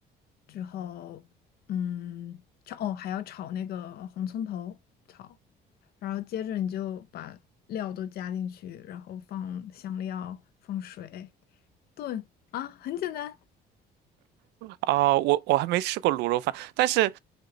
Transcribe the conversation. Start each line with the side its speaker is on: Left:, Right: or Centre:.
Left: 之后，嗯，炒，哦，还要炒那个红葱头，炒。然后接着你就把料都加进去，然后放香料，放水，炖啊，很简单。
Right: 啊、我我还没吃过卤肉饭，但是。